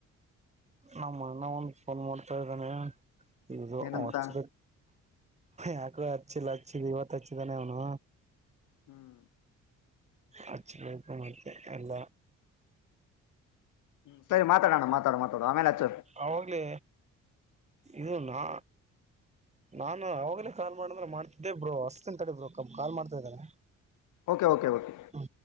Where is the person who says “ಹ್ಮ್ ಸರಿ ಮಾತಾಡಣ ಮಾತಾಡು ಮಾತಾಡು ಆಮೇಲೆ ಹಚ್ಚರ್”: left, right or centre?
Left